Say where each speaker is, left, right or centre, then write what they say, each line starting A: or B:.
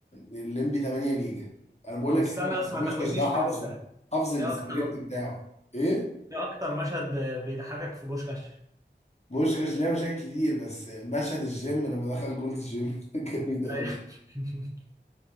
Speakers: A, on the left (about 35°); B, on the right (about 20°).
A: الليمبي 8 جيجا انا بقول
B: طب
A: لك
B: استنى
A: إيه، انا
B: بس
A: بوشكاش
B: ما تاخدنيش
A: ده حافظه
B: في دوكا
A: حافظ السكريبت
B: ايه اكتر
A: بتاعه ايه
B: ايه اكتر مشهد ب- بيضحكك في بوشكاش
A: بوشكاش ليه مشاهد كتير بس مشهد الجيم لما دخل جولز جيم <laughs> جامد قوي
B: أيوة. <laughs>